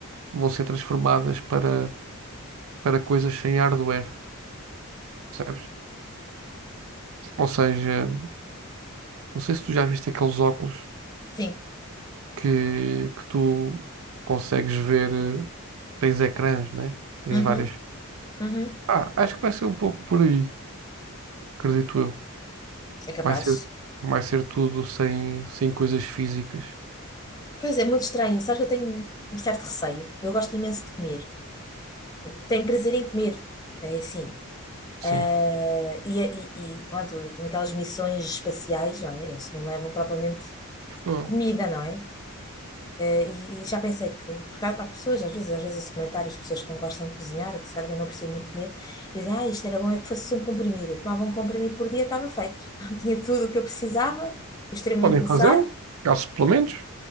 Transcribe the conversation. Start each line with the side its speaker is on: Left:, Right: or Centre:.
Right: vão ser transformadas para, para coisas sem hardware, percebes? Ou seja, não sei se tu já viste aqueles óculos
Left: Sim.
Right: que, que tu consegues ver, eh, tens ecrãs, né? Tens
Left: Uhum,
Right: várias
Left: uhum.
Right: Ah, acho que vai ser um pouco por aí, acredito eu.
Left: É capaz.
Right: Vai ser, vai ser tudo sem, sem coisas físicas.
Left: Pois é, muito estranho. Sabes que eu tenho um certo receio. Eu gosto imenso de comer. Tenho prazer em comer. É assim.
Right: Sim.
Left: Eh, e, é, e, e, pronto, naquelas missões espaciais, não é? Eles não levam propriamente
Right: Pô,
Left: comida, não é? Eh, e, e já pensei que, porque há, há pessoas, às vezes, às vezes esse comentários pessoas que não gostam de cozinhar, que se calhar também não precisam muito comer, e dizem, ah, isto era bom, é que fosse um comprimido. Eu tomava um comprimido por dia, estava feito. <laughs> Tinha tudo o que eu precisava, o extremamente
Right: Podem
Left: necessário,
Right: fazê-lo, há suplementos,